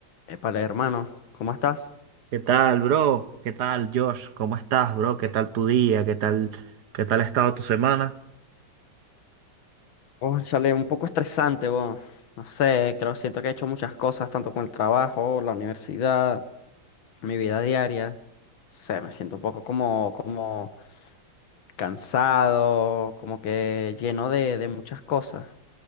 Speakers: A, on the left (about 80°); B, on the right (about 60°).
A: Épale, hermano, ¿cómo estás?
B: ¿Qué tal, bro? ¿Qué tal, Josh? ¿Cómo estás, bro? ¿Qué tal tu día? ¿Qué tal, qué tal ha estado tu semana?
A: Oh, chale, un poco estresante, bo. No sé, creo, siento que he hecho muchas cosas, tanto con el trabajo, la universidad, mi vida diaria. No Sé, me siento un poco como, como cansado, como que lleno de, de muchas cosas.